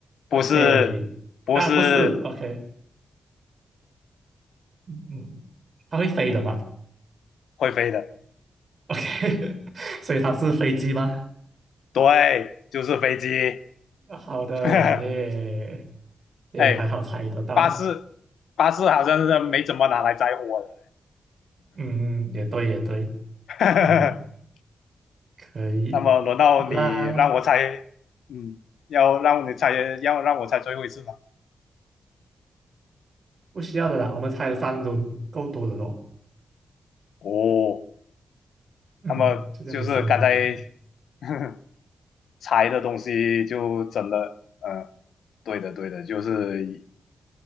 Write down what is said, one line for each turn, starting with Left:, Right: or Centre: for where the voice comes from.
Left: 不是，
Right: OK，
Left: 不是
Right: 啊，不是，OK，嗯，它会飞的嘛
Left: 会飞的，
Right: ？OK，<laughs> 所以它是飞机吗？
Left: 对，就是飞机。
Right: 好的，
Left: <laughs>
Right: 耶，也还好猜得到，
Left: 哎，巴士巴士好像是没怎么拿来载货的。
Right: 嗯，也对，也对，
Left: <laughs>
Right: 嗯。可以，
Left: 那么轮到你让我猜，
Right: 好啦，
Left: 嗯，要让你猜，要让我猜最后一次吗？
Right: 不需要的啦，我们才了三轮，够多的咯。
Left: 哦，
Right: 嗯，
Left: 那么就是刚才
Right: 就这样子三轮掉。
Left: <laughs> 猜的东西就真的，嗯，对的对的，就是